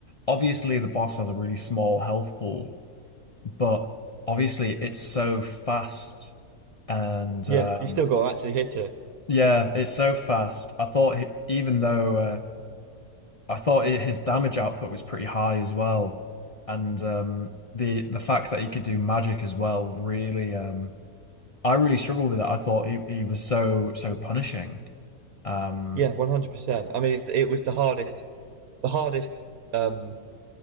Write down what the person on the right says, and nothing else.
Yeah,
you still got to actually hit it.
Yeah, 100%. I mean, it's, it was the hardest, the hardest um